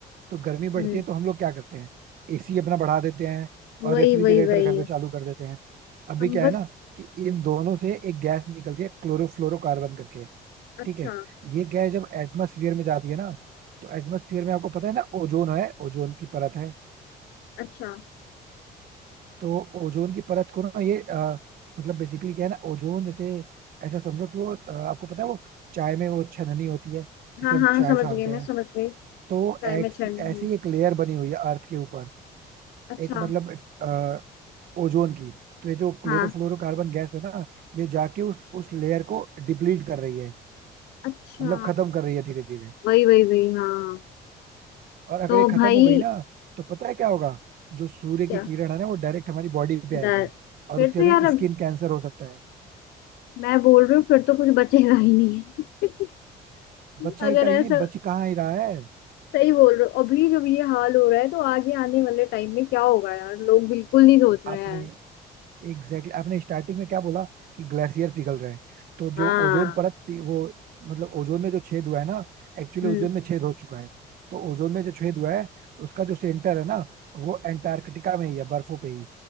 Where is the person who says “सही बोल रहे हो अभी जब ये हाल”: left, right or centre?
Left